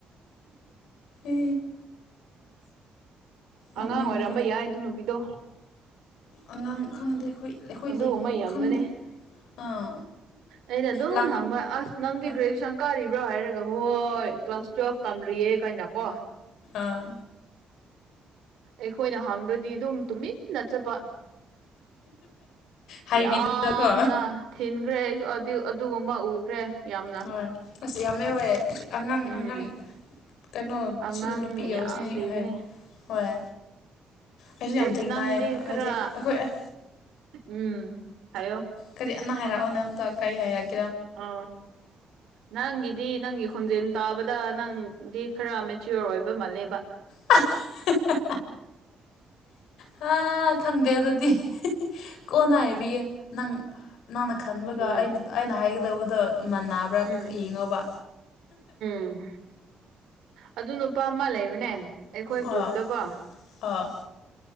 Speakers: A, on the left; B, on the right.
A: ꯎ ꯅꯣꯛꯅꯤꯡꯕꯗꯣ
B: ꯑꯉꯥꯡ ꯑꯣꯏꯔꯝꯕ ꯌꯥꯏ ꯑꯗꯨ ꯅꯨꯄꯤꯗꯣ
A: ꯑꯉꯥꯡ ꯈꯪꯗꯦ ꯑꯩꯈꯣꯏ ꯑꯩꯈꯣꯏ
B: ꯑꯗꯨꯒꯨꯝꯕ
A: ꯂ
B: ꯌꯥꯝꯕꯅꯦ
A: ꯈꯪꯗꯦ ꯑꯥ
B: ꯑꯩꯅ ꯑꯗꯨꯝ
A: ꯂꯪ
B: ꯍꯪꯕ ꯑꯁ ꯅꯪꯗꯤ
A: ꯑꯥ
B: ꯒ꯭ꯔꯦꯖꯨꯌꯦꯁꯟ ꯀꯥꯔꯤꯕ꯭ꯔꯣ ꯍꯥꯏꯔꯒ ꯍꯣꯏ ꯀ꯭ꯂꯥꯁ ꯇꯨꯌꯦꯦꯜꯐ ꯇꯝꯔꯤꯌꯦ ꯀꯥꯏꯩꯅ ꯀꯣ
A: ꯑꯥ
B: ꯑꯩꯈꯣꯏꯅ ꯍꯥꯡꯗ꯭ꯔꯗꯤ ꯑꯗꯨꯝ ꯇꯨꯃꯤꯟꯅ ꯆꯠꯄ
A: ꯍꯥꯏꯕꯤꯗꯀꯣ
B: ꯌꯥꯝꯅ ꯊꯤꯟꯈ꯭ꯔꯦ ꯑꯩꯁꯨ ꯑꯗꯨꯒꯨꯝꯕ ꯎꯈ꯭ꯔꯦ ꯌꯥꯝꯅ
A: ꯍꯣꯏ ꯑꯁ ꯌꯥꯝ ꯌꯥꯎꯋꯦ ꯑꯉꯥꯡ
B: ꯎꯝ
A: ꯑꯉꯥꯡ ꯀꯩꯅꯣ
B: ꯑꯉꯥꯡ
A: ꯁꯤꯗ ꯅꯨꯄꯤ ꯌꯥꯎ
B: ꯌꯥꯝ
A: ꯁꯤꯅꯤ
B: ꯂꯩꯕꯅꯦ
A: ꯍꯣꯏ ꯑꯩꯁꯨ
B: ꯑꯩ
A: ꯌꯥꯝ ꯊꯦꯡꯅꯩ
B: ꯅꯪꯗꯤ ꯈꯔ
A: ꯍꯥꯏꯗꯤ ꯑꯩꯈꯣꯏ ꯑꯩ
B: ꯎꯝ ꯍꯥꯏꯌꯣ
A: ꯀꯔꯤ ꯑꯝꯅ ꯍꯥꯏꯔꯛꯑꯣ ꯅ ꯑꯝꯇ ꯀꯔꯤ ꯍꯥꯏꯔꯛꯒꯦ
B: ꯑ ꯅꯪꯒꯤꯗꯤ ꯅꯪꯒꯤ ꯈꯣꯟꯖꯦꯜ ꯇꯥꯕꯗ ꯅꯪꯗꯤ ꯈꯔ ꯃꯦꯆꯤꯌꯣꯔ ꯑꯣꯏꯕ ꯃꯥꯜꯂꯦꯕ
A: ꯑ ꯍꯥ ꯈꯪꯗꯦ ꯑꯗꯨꯗꯤ ꯀꯣꯟꯅ ꯍꯥꯏꯕꯤꯌꯦ ꯅꯪ ꯅꯪꯅ ꯈꯟꯕꯒ
B: ꯍꯣꯏ
A: ꯑꯩꯅ ꯑꯩꯅ ꯍꯥꯏꯒꯗꯧꯕꯗꯣ ꯃꯕ꯭ꯔꯥ
B: ꯎꯝ
A: ꯌꯦꯡꯉꯣꯕ
B: ꯎꯝ ꯑꯗꯨ ꯅꯨꯄꯥ ꯑꯃ ꯂꯩꯕꯅꯦ ꯑꯩꯈꯣꯏ
A: ꯑꯣ
B: ꯒ꯭ꯔꯨꯞꯇꯀꯣ
A: ꯑꯣ